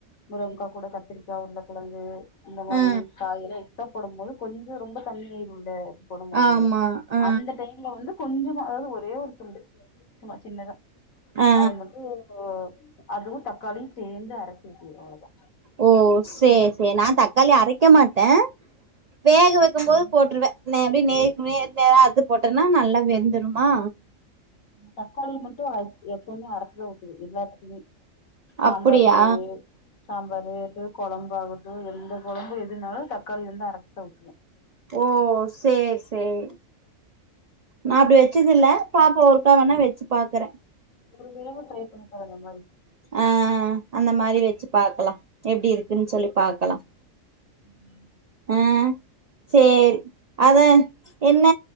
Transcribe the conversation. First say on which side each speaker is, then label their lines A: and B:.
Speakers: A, on the left; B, on the right.
A: முருகங்கக்காய் கூட கத்திரி கா உருல கிழங்கு இந்த மாரி
B: ஆ
A: காயில க போடும் போது கொஞ்சம் ரொம்ப தண்ணிய ஆயிடல போடும் போது
B: ஆமா ஆ
A: அந்த டைம்ல வந்து கொஞ்சமா அதாவது ஒரே ஒரு துண்டு சுமா சின்னதா
B: ஆ
A: அது மட்டும் அதுவும் தக்காளியும் சேர்ந்து அரைச்சு <unintelligible> அவளதான்
B: ஓ சேரி சேரி நான் தக்காளி அரைக்க மாட்டேன் வேக வைக்கும் போது
A: நா
B: போட்ருவேன் ந எப்படி நே அது போட்டேன்னா நல்லா வெந்துடுமா
A: தக்காளி மட்டும் எப்பவுமே அரச்சு தான் ஊத் எல்லாத்துக்குமே சாம்பார்க்கு
B: அப்படியா
A: சாம் வரையட்டு குழம்பு ஆகட்டும் எந்த குழம்பு எதுனாலும் தக்காளி இருந்து அரைச்சிதா ஊத்துவேன்
B: ஓ சேரி சேரி நான் அப்படி வ வச்சதுல்ல பாப்பா ஒருக்கா வேனா வச்சு பாக்குறேன்
A: ஒரு வேட ட்ரை பண்ணி பாரு அந்த மாரி
B: ஆ அந்த மாரி வச்சு பாக்கலாம் எப்படி இருக்குன்னு சொல்லி பாக்கலாம்
A: ம்
B: ஆ சேரி அத என்ன